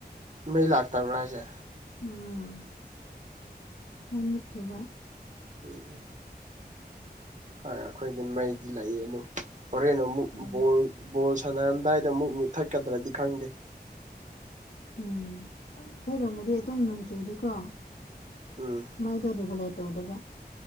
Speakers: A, on the right; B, on the left.
A: ꯃꯩ ꯂꯥꯛꯇꯕ꯭ꯔꯥ ꯍꯥꯏꯁꯦ
B: ꯎꯝ ꯃꯩ ꯃꯨꯠꯀꯤꯕ
A: ꯎꯝ ꯍꫭꯏ ꯑꯩꯈꯣꯏꯗꯤ ꯃꯩꯗꯤ ꯂꯥꯛꯏꯗꯨꯝ ꯍꯣꯔꯦꯟ ꯑꯃꯨꯛ
B: ꯎꯝ
A: ꯕꯣꯜ ꯕꯣꯜ ꯁꯥꯟꯅꯔꯝꯗꯥꯏꯗ ꯑꯃꯨꯛ ꯃꯨꯛ ꯊꯠꯀꯗ꯭ꯔꯗꯤ ꯈꯪꯗꯦ
B: ꯎꯝ ꯐꯣꯏꯔꯣꯝꯃꯗꯤ ꯑꯗꯨꯝ ꯅꯣꯡꯆꯨꯔꯤꯀꯣ
A: ꯎꯝ
B: ꯃꯥꯏꯗꯣ ꯔꯤꯒꯨꯂꯠ ꯇꯧꯗꯕ